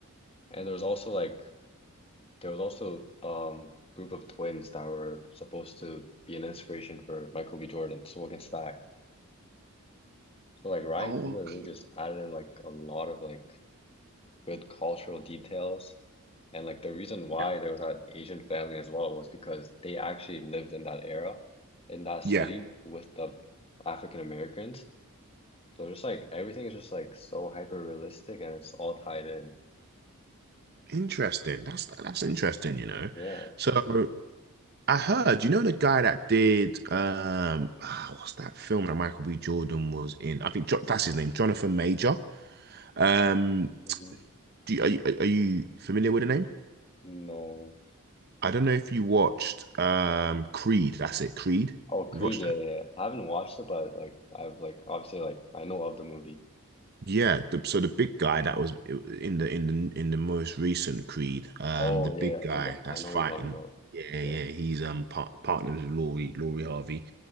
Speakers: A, on the left; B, on the right.
A: And there was also like there was also um group of twins that were supposed to be an inspiration for Michael B. Jordan, Swag and Stack. So like Ryan
B: Oh,
A: Coogler
B: okay.
A: really just added in like a lot of like good cultural details. And like the reason why
B: Yeah.
A: there was that Asian family as well was because they actually lived in that era, in that city
B: Yeah.
A: with the African Americans. So just like everything is just like so hyper realistic and it's all tied in.
B: Interesting. That's that's interesting, you know.
A: Yeah,
B: So
A: it's
B: I heard, you know, the guy that did um ah, what's that film that Michael B. Jordan was in? I think jo that's his name, Jonathan Major. Um
A: hmm
B: do you, are you are you familiar with the name?
A: No.
B: I don't know if you watched um Creed, that's it, Creed.
A: Oh, Creed,
B: Have you watched
A: yeah,
B: that?
A: yeah. yeah. I haven't watched it, but like I've like obviously like I know of the movie.
B: Yeah, the, so the big guy that was i- in the in the in the most recent Creed, um,
A: Oh
B: the big
A: yeah, yeah.
B: guy
A: I think I,
B: that's
A: I know
B: fighting,
A: what you're talking about.
B: yeah,
A: Yeah.
B: yeah, he's um par partnered with Laurie Laurie Harvey,